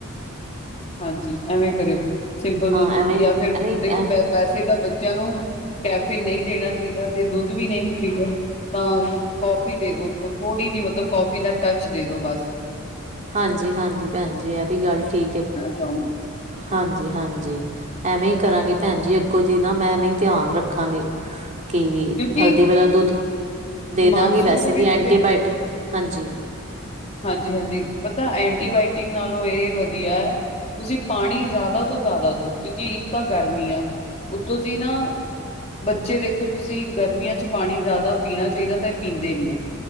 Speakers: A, on the left; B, on the right.
A: ਹਾਂਜੀ, ਐਵੇਂ ਕਰਿਓ ਸਿੰਪਲ ਦੁੱਧ
B: ਹਾਂ ਐਵੇਂ
A: ਯਾ ਫਿਰ
B: ਐਵੇਂ
A: ਦੇਖੋ
B: ਅ
A: ਵੈਸੇ ਤਾ ਬੱਚਿਆਂ ਨੂੰ ਕੈਫੇਨ ਨਈ, ਦੇਣਾ ਚਾਈਦਾ ਜੇ ਦੁੱਧ ਵੀ ਨਹੀ ਪੀਵੇ ਤਾਂ ਕੌਫੀ ਦੇ ਦੋ ਥੋੜ੍ਹੀ ਜਿ ਮਤਲਬ ਕੌਫੀ ਦਾ ਟੱਚ ਦੇ ਦੋ ਬਸ।
B: ਹਾਂਜੀ- ਹਾਂਜੀ ਭੈਣ ਜੀ ਐ ਵੀ ਗੱਲ ਠੀਕ ਏ।
A: ਜਾਓ <unintelligible>
B: ਹਾਂਜੀ- ਹਾਂਜੀ ਐਮੇ ਈ ਕਰਾਂਗੀ ਭੈਨ ਜੀ, ਅੱਗੋਂ ਦੀ ਨਾ ਮੈ ਐਮੇ ਈ ਧਿਆਨ ਰੱਖਾਂਗੇ ਕਿ
A: ਕਿਉਂਕਿ
B: ਹਲਦੀ ਵਾਲਾ ਦੁੱਧ ਦੇ ਦਾਂਗੀ,
A: ਮਾਨਸੂਨ
B: ਵੈਸੇ
A: ਦੇ
B: ਵੀ
A: ਵਿੱਚ
B: ਐਂਟੀਬਾਇਟਿਕ ਹਾਂਜੀ।
A: ਹਾਂਜੀ- ਹਾਂਜੀ ਪਤਾ ਐਂਟੀਬਾਇਟਿਕ ਨਾਲੋ ਏ ਵਧੀਆ ਐ। ਤੁਸੀ ਪਾਣੀ ਜ਼ਿਆਦਾ ਤੋਂ ਜ਼ਿਆਦਾ ਦਓ, ਕਿਉਂਕਿ ਇੱਕ ਤਾਂ ਗਰਮੀ ਆ ਉੱਤੋਂ ਜੀ ਨਾ ਬੱਚੇ ਵੇਖੋ ਤੁਸੀ ਗਰਮੀਆਂ ਚ ਪਾਣੀ ਜ਼ਿਆਦਾ ਪੀਣਾ ਚਾਈਦਾ ਤੇ ਏ ਪੀਂਦੇ ਨਈ ਆ।